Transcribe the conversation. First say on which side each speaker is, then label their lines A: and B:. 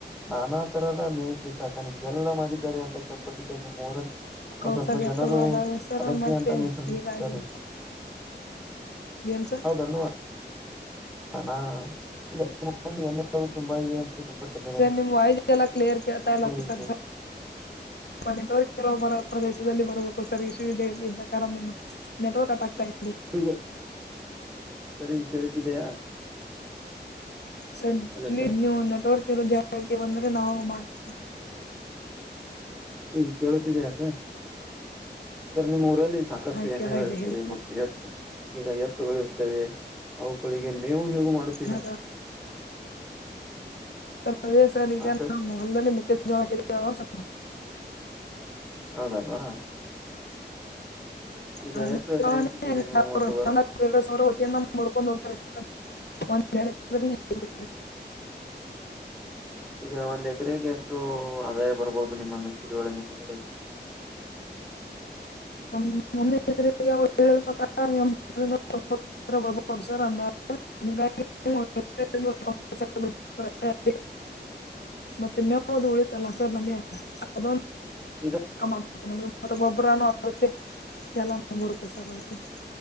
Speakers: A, in the centre; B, on the left (about 70°).
A: ನಾನಾ ತರದ ಮೇಕೆ ಸಾಕಾಣಿಕ ಎಲ್ಲಾ ಮಾಡಿದ್ದಾರೆ ಅಂತ ಕೇಳ್ಪಟ್ಟಿದ್ದೆನೆ ನಿಮ್ಮ್ ಊರಲ್ಲಿ. ಒನ್
B: ಹೌದ್
A: ಸ್ವಲ್ಪ
B: ಸರ್
A: ಜನರು
B: ಎತ್ತುಗಳದಾವೆ ಸರ್
A: ಅದಕ್ಕೆ
B: ಮತ್ತೆ
A: ಅಂತ ಮೀಸಲಿ
B: ಹೀಗಾಗಿ
A: ಇರ್ತಿದ್ದಾರೆ.
B: ಏನ್ ಸರ್
A: <unintelligible> ಹಾನ ಈಗ ತುಂಬಾ ಇವೆ <unintelligible> ಟ್ಟ <unintelligible>
B: ಸರ್ ನಿಮ್ ವಾಯ್ಸಿಎಲ್ಲ ಕ್ಲಿಯರ್ ಕೇಳ್ತಾ ಇಲ್ಲದ
A: ಇವೆ
B: ಸರ್- ಮವ ಕೆರ ಬರ ಪ್ರದೇಶದಲ್ಲಿ ಬರ್ಬೇಕು ಸರಿ ಇಶೂ ಇದದೆ ಇದ್ದ ಕಾರಣ ನಿಮ್ಮ <unintelligible> ನೆಟವರ್ಕ ಅಟ ತ <unintelligible>
A: <unintelligible> ಸ ಸರಿಯಾಗಿ ಕೇಳತಿದ್ದೀಯಾ
B: ಸರಿ
A: ಅಲ್ಲ
B: ಇ
A: ಸರ್
B: ನೀವು ನೆಟ್ವರ್ಕ್ ಇರೋ ಜಾಗಕ್ಕೆ ಬಂದ್ರೆ ನಾವು ಮಾತೆ
A: ಈಗ ಕೇಳತಿದಿಯಾ ಸರ್- ಸರ್ ನಿಮ್ಮ ಊರಲ್ಲಿ ಸಾಕಷ್ಟು
B: ಹಾ
A: ಎಮ್ಮೆಗಳಿರ್ತವೆ
B: ಕೇಳ್ತಾ ಇದೆ ಹೇಳಿ ಸರ್
A: ಮತ್ತು ಎತ್ತು- ಈಗ ಎತ್ತುಗಳು ಇರ್ತವೆ ಅವುಗಳಿಗೆ ಮೇವು-ಗಿವು ಹೇಗ ಮಾಡುತ್ತ
B: ಹ ಅದೇ ಸರಿ ಈಗ
A: ಹಾ
B: ನ
A: ಸರ್
B: <inaudible> ಹಲ್ದಲ್ಲಿ ಮ ಜಳ <unintelligible>
A: ಹೌದಲ್ವಾ, ಈಗ
B: ಹ <unintelligible>
A: ಎಷ್ಟು ಎಕರೆ ಹಾಕಿದ್ದೀರಾ ನೀವು ಒಂದು
B: ಸರ ಹೊತಿಯ ಮುರ್ಕೊಂಡ್ ಹೋಗ್ತಾರೆ <unintelligible>
A: ಈಗ ಒಂದ್ ಎಕರೆಗೆ ಎಷ್ಟು ಆದಾಯ ಬರ್ಬಹುದು ನಿಮ್ಮ ಮೆಕ್ಕೆಜೋಳ ನಿಮ್ಮ ಊರಲ್ಲಿ.
B: ನ ಮುಂದೆ ಎರೆ ಅವ್ರು ಹೇಳ ಪ್ರಕಾರ <unintelligible> ಸರ್ ಅಂದ <unintelligible> ಮತ್ತೆ ಮೇವದು ಉಳಿತಲ್ಲ ಸರ್ ನಮಗೆ <unintelligible> ಅದ್
A: ಈಗ
B: ಮ ಗೊಬ್ಬರ <unintelligible> ಮತ್ತೆ ಎಲ್ಲ ಬರ್ಕು ಸರ್ ಅದಕ್ಕೆ <unintelligible>